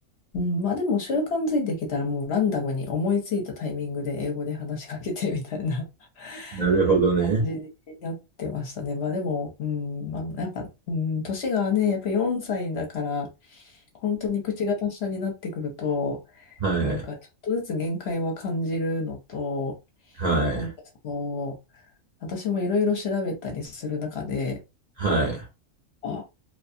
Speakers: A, on the left (about 60°); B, on the right (about 45°).
A: うん、まあでも習慣づいてきたらもうランダムに思いついたタイミングで英語で話しかけてみたいな <laughs>
B: なるほどね。
A: 感じになってましたね。まあでも、うん、まあやっぱ、うん、年がね、やっぱ4歳だから、本当に口が達者になってくると、
B: はい。
A: なんかちょっとずつ限界は感じるのと、
B: はい。
A: なんかその、私もいろいろ調べたりする中で、
B: はい。
A: あ、